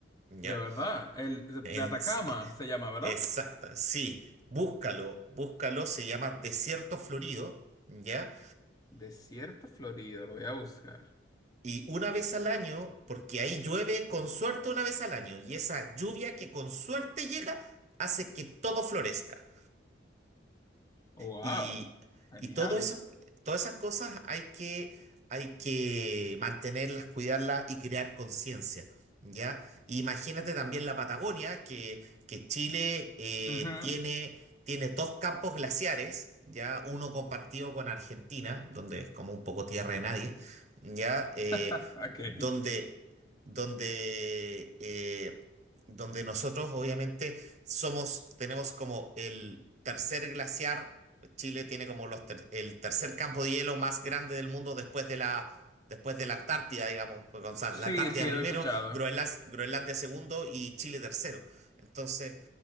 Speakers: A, on the right; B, on the left.
A: ¿ya?
B: de verdad. El de,
A: En-
B: de Atacama
A: eh,
B: se llama, ¿verdad?
A: exacta, sí, búscalo, búscalo, se llama Desierto Florido, ¿ya?
B: Desierto Florido, lo voy a buscar.
A: Y una vez al año, porque ahí llueve con suerte una vez al año, y esa lluvia que con suerte llega hace que todo florezca.
B: Wow,
A: Y,
B: genial.
A: y todo eso, todas esas cosas hay que, hay que mantenerlas, cuidarlas y crear conciencia, ¿ya? Imagínate también la Patagonia, que, que Chile eh,
B: Ujú.
A: tiene, tiene dos campos glaciares, ¿ya? Uno compartido con Argentina, donde es como un poco tierra de nadie, ¿ya? Eh,
B: <laughs> Ok.
A: donde, donde, eh, donde nosotros obviamente somos, tenemos como el tercer glaciar. Chile tiene como los ter- el tercer campo de hielo más grande del mundo después de la, después de la Antártida, digamos. Porque, o sea,
B: Sí,
A: la Antártida
B: sí,
A: primero,
B: lo he escuchado.
A: Groenlan- Groenlandia, segundo y Chile tercero. Entonces,